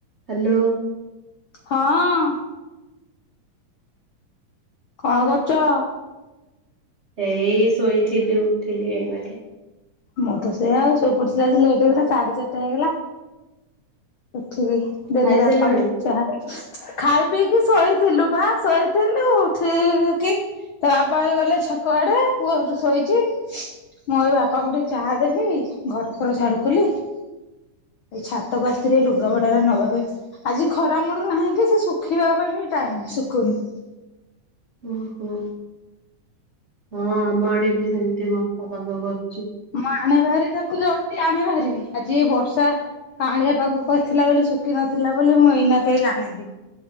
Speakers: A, on the right (about 35°); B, on the left (about 80°).
A: Hello.
B: ହଁଅ। କଣ କରୁଛ?
A: ଏଇ ଶୋଇଥିଲି ଉଠଲି ଆଇନାକେ
B: ମୁଁ ତ ସେଇଆ ଆଉ ଶୋଇପଡିିଥିଲି ଆଜି ଲେଟ୍ ହେଇଗଲା ସାଢେ ଚାରିଟା ହେଇଗଲା। ଉଠିକି ଦେଲି
A: ଖାଇସାରିଲଣି?
B: ବାପାଙ୍କୁ ଚାହା ଖାଇ ପିଇକି ଶୋଇଥିଲୁ ପା ଶୋଇଥିଲୁ ଠିକ କି ତା ବାପା ବି ଗଲେ ଛକ ଆଡେ ପୁଅ ଶୋଇଛି ମୁଁ ଏବେ ବାପାଙ୍କୁ ଟିକେ ଚାହା ଦେଲି ଘର ପର ଝାଡୁ କଲି ଏଇ ଛାତକୁ ଆ ରେ ଲୁଗା ଭଡା ନବା ପାଇଁ ଆଜି ଖରା ମୁଲୁ ନାହିଁ କି ସେ ଶୁଖିବା ପାଇଁ ବି ଟାଇମ ଶୁଖୁନି।
A: ଓହୋ ହଁ ଆମ ଆଡେ ବି ସେମିତି ବର୍ଷା ପାଗ କରିଛି।
B: ମା ଆନେ ବାହାରି ଦେଖୁଛ। ଆଣ ଭାରି ଆଜି ଏ ବର୍ଷା ପାଣିଆ ପାଗ କରିଥିଲା ବୋଲି ଶୁଖ ନଥିଲା ବୋଲି ମୁଁ ଏଇନା କେହି ଆଣିଲି